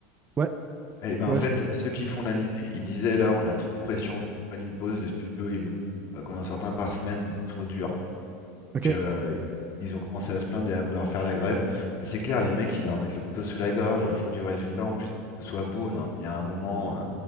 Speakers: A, on the right; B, on the left.
A: Ouais,
B: Et ben
A: ouais,
B: en fait,
A: je connais.
B: ceux qui font l'anime, ils disaient là, on a trop de pression, faut qu'on prenne une pause. Le studio, il veut qu'on enfin, qu'on en sorte un par semaine, mais c'est trop dur. Donc
A: OK.
B: euh, ils ont commencé à se plaindre et à vouloir faire la grève. Mais c'est clair, les mecs, ils leur mettent le couteau sous la gorge, faut du résultat en plus, faut que ce soit beau. Non, mais il y a un moment, euh,